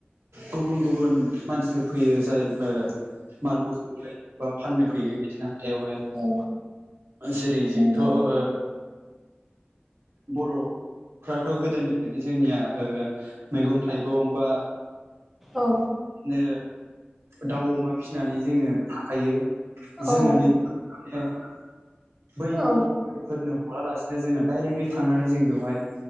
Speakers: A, on the right (about 85°); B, in the centre.
A: गुबुन गुबुन मानसिफोर फैयो जाय ओ माल बुस्थु फै बा फाननो फैयो बेबायदिनो हथायावहाय
B: औ
A: जेरै जोंथ
B: नंगौ
A: ओ बर फ्राथ गोदोनिफ्रायनो जोंनिया ओ मैगं थाइगं बा
B: औ
A: नो दाउ अमा फिसिनानै जोङो थाखायो जोङो
B: औ
A: नै माने बैफोरनो
B: औ
A: हालासिनो जोङो डाइरेक्टलि थांनानै जों बेवहाय